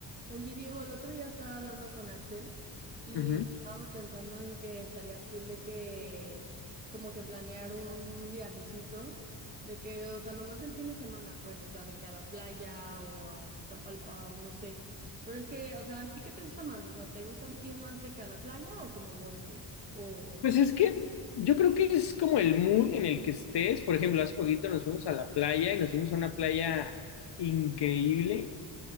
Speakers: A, on the right (about 20°); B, on the left (about 60°).
A: Oye, Diego, el otro día estaba hablando con Axel y
B: Ujú.
A: estábamos pensando en que estaría cool de que como que planear un viajecito, de que, o sea, nomás el fin de semana, pues, o sea, de que a la playa o a Tapalpa o no sé. Pero es que, o sea, ¿a ti qué te gusta más? O sea, ¿te gusta ir más de que a la playa o como bosque? O, o
B: Pues
A: que...
B: es que yo creo que es como el mood en el que estés. Por ejemplo, hace poquito nos fuimos a la playa y nos fuimos a una playa increíble,